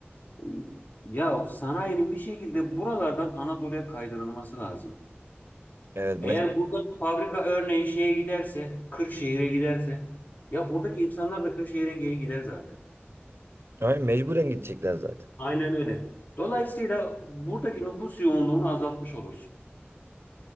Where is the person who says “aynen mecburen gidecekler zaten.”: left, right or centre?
Right